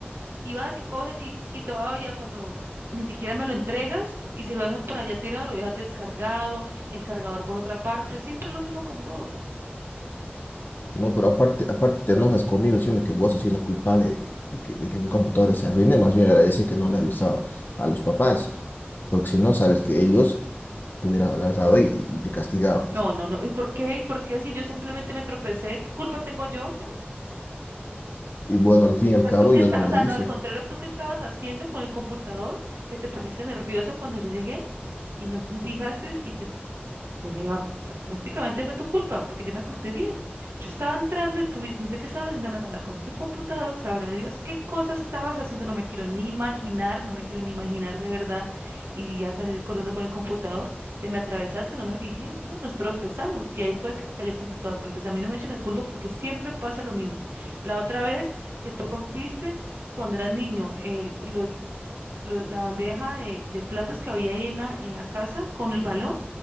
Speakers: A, on the right; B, on the left.
A: Y vas y coges y, y todavía cuando ni siquiera me lo entregas y si lo dejas por allá tirado, lo dejas descargado, el cargador por otra parte, siempre lo mismo con vos.
B: no, pero aparte, aparte te enojas conmigo diciendo que vos has sido la culpable de que, de que, de que mi computadora se arruine, más bien agradece que no le avisaba a los papás, porque si no, sabes que ellos te hubieran agarrado y, y te castigado
A: No, no, no. ¿Y por qué? ¿Y por qué si yo simplemente me tropecé? ¿Qué culpa tengo yo?
B: Y bueno, al fin y al
A: O sea,
B: cabo
A: tú que
B: yo
A: estás,
B: no lo
A: o sea,
B: hice.
A: no, al contrario, tú que estabas haciendo con el computador, que te pusiste nervioso cuando yo llegué y no fijaste y te de media, o sea, prácticamente fue tu culpa, porque yo me corté bien. Yo estaba entrando y tú, vis- no sé qué estabas haciendo en la sala con tu computador, sabrá Dios qué cosa estabas haciendo, no me quiero ni imaginar, no me quiero ni imaginar de verdad. Y ya salir corriendo con el computador, te me atravesaste, no me fijé y nosotros nos tropezamos. Y ahí fue que cayó el computador, pero entonces a mí no me eche la culpa porque siempre pasa lo mismo. La otra vez que tú rompiste cuando eras niño, el, los, los- la bandeja de, de platos que había ahí en la, en la casa con el balón.